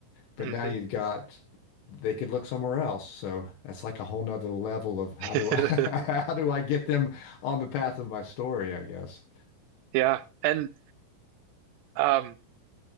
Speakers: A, on the left; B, on the right.
A: but
B: hmm
A: now you've got they could look somewhere else. So that's like a whole nother level of how
B: <laughs>
A: do I, <laughs> how do I get them on the path of my story, I guess.
B: Yeah, and um,